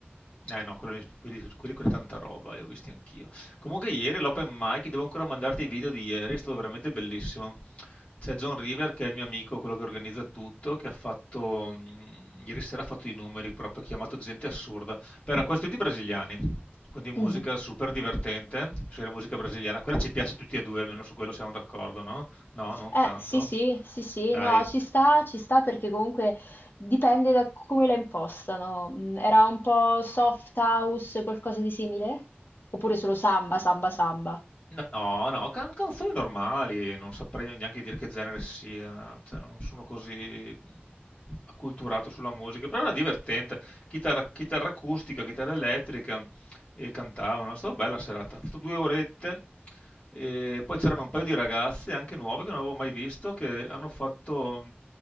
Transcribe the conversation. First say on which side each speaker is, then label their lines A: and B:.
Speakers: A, on the left (about 30°); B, on the left (about 60°).
A: Eh no, quelli, quelli, quelli con tanta roba, li ho visti anch'io. Comunque ieri l'open mic, devo ancora mandarti i video di ieri, è stato veramente bellissimo. C'è John River, che è il mio amico, quello che organizza tutto, che ha fatto, mh, ieri sera ha fatto i numeri proprio, ha chiamato gente assurda, per quasi tutti brasiliani, quindi musica
B: Mhm.
A: super divertente, se la musica brasiliana, quella ci piace a tutti e due, almeno su quello siamo d'accordo, no? No, non
B: Eh,
A: tanto.
B: sì, sì, sì, sì,
A: Dai.
B: no, ci sta, ci sta perché comunque dipende da come la impostano. Mm, Era un po' soft house, qualcosa di simile? Oppure solo samba, samba, samba?
A: No, no, can- canzoni normali, non saprei neanche dire che genere sia, cioè, non sono così acculturato sulla musica, però era divertente, chitarra, chitarra acustica, chitarra elettrica e cantavano, è stata bella la serata, ho fatto due orette, e poi c'erano un paio di ragazze, anche nuove, che non avevo mai visto, che hanno fatto